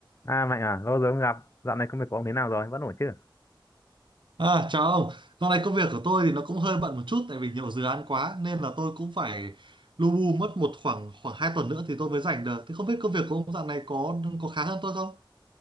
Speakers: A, on the left; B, on the right.
A: À Mạnh à, lâu rồi không gặp. Dạo này công việc của ông thế nào rồi? Vẫn ổn chứ?
B: À, chào ông. Dạo này công việc của tôi thì nó cũng hơi bận một chút tại vì nhiều dự án quá nên là tôi cũng phải lu bu mất một khoảng khoảng 2 tuần nữa thì tôi mới rảnh được. Thì không biết công việc của ông dạo này có có khá hơn tôi không?